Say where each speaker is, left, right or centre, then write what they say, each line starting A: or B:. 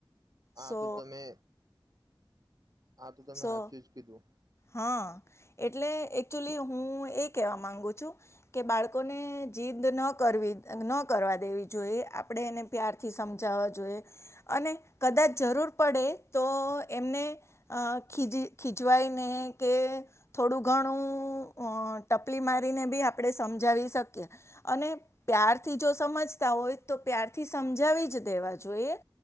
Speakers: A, on the right (about 45°); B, on the left (about 30°).
A: હા
B: સો
A: તો તમે હા તો તમે
B: સો
A: હાથ ચઝ કીધું
B: હા એટલે એકચુલી હું એ કહેવા માગુ છું કે બાળકોને જીદ ન કરવી ન કરવા દેવી જોઈએ આપણે એને પ્યારથી સમજાવવા જોઈએ અને કદાચ જરૂર પડે તો એમને ખીજ ખીજવાય કે થોડું ઘણું ટપલી મારીને બી આપણે સમજાવી શકીએ અને પ્યારથી જો સમજતા હોય તો પ્યારથી સમજાવી જ દેવા જોઈએ